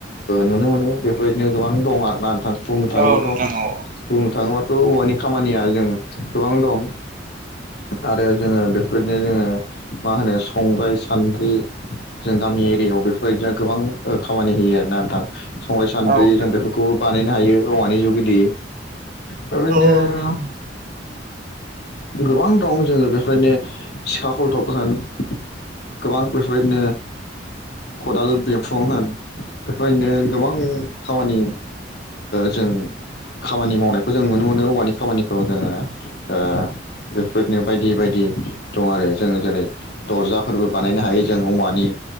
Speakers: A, on the left (about 60°); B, on the right (about 50°).
A: नुनो मोनो बे बेबायदिनो गोबां दं आरोना नोंथां बुंनो थाङोबाथ'
B: औ नोंथां औ
A: बुंनो थाङोबाथ' औवानि खामानिया जोंङो गोबां दं। आरो जोङो बेफोरनो जोङो मा होनो संग्राइ सान्द्रि जों नि एरियायाव बेफोरबायदि गोबां खामानि होयो आरोना नोंथां संग्राय सान्द्रि
B: औ नोंथां
A: जों बेफोरखौ बानाय हायो औवानि जुगिदि बेबायदिनो
B: औ नोंथां
A: गोबां दं जोङो बेफोरनो सिखा खलथब होन गोबां बेबायदिनो खदाल बिखुं होन बेफोरबायदिनो गोबां खामानि जों खामानि मावनायखौ जों नुनो मोनो औवानि खामानिखौ जोङो बेफोरनो बायदि बायदि दं आरो जों जेरै दर्जाफोरबो बानायनो हायो जों औवानि